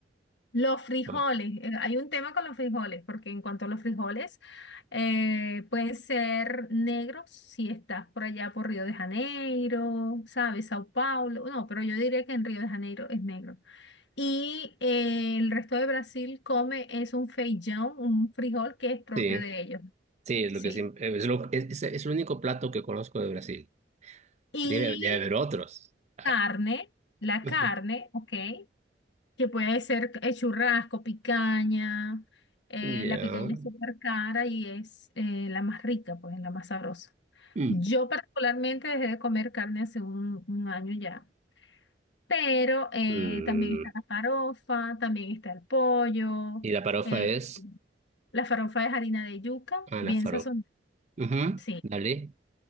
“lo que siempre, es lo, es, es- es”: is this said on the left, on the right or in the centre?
Right